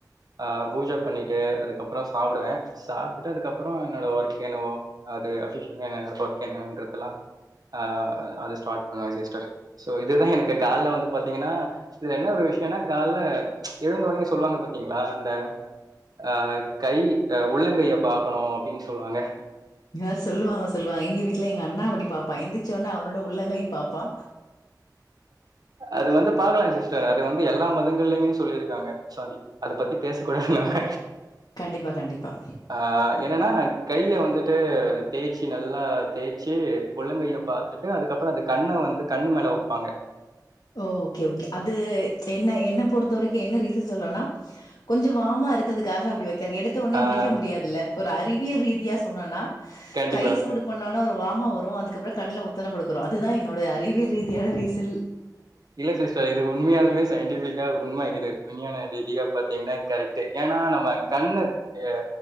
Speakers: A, on the right (about 60°); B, on the left (about 75°).
A: அ பூஜை பண்ணிட்டு அதுக்கப்புறோ சாப்புடுவே சாப்டுட்டு அதுக்கப்புறோ என்னோட வர்க் என்னவோ அது அபிஷியலா என்னோட வர்க் என்னறதெல்லா அ அது ஸ்டார்ட் பண்ணுவே சிஸ்டர் சோ இதுதா எனக்கு கால்ல வந்து பாத்தீங்கன்னா இதுல என்ன ஒரு விஷயோன்னா கால்ல எழுந்த ஒன்னே சொல்லுவாங்க பாத்தீங்களா அந்த அ கை அ உள்ளங்கைய பாக்கணு அப்டின் சொல்வாங்க
B: ஏ சொல்லுவாங்க சொல்லுவாங்க எங்க வீட்ல எங்க அண்ணா அப்புடி பாப்பா எந்தி சொன்னா அவன்னோட உள்ளங்கை பாப்பா
A: அது வந்து பாக்கலா சிஸ்டர் அது வந்து எல்லா மதங்கள்லயுமே சொல்லிருக்காங்க சாரி அத பத்தி பேச கூடாதுனாங்க
B: கண்டிப்பா கண்டிப்பா
A: அ என்னன்னா கைய வந்துட்டு தேய்ச்சி நல்லா தேச்சு உள்ளங்கைய பாத்துட்டு அதுக்கப்புறோ அந்த கண்ண வந்து கண்ணு மேல வப்பாங்க
B: ஓ ஓகே ஓகே அது என்ன என்ன பொறுத்த வரைக் என்ன ரீசன் சொல்னோன்னா கொஞ்சோ வார்ம்மா இருக்கதுக்காக அப்டி வைக்காங்க எடுத்த ஒன்னே
A: ஆஹ்,
B: முழிக்க முடியாதுல்ல ஒரு அறிவியல் ரீதியா சொன்னன்னா
A: கண்டிப்பா
B: கை சூடு பண்ணோனா ஒரு வா மா வரூ அதுக்கப்புற கண்ணுல ஒத்தன குடுக்குறோ அதுதா என்னோட அறிவியல் ரீதியான ரீசல்
A: இல்ல சிஸ்டர் இது உண்மையாலுமே சயின்டிபிக் யா உண்ம இது விஞ்ஞான ரீதியா பாத்தீங்கன்னா இது கரெக்ட்டு ஏன்னா நம்ம கண்ணு ஏ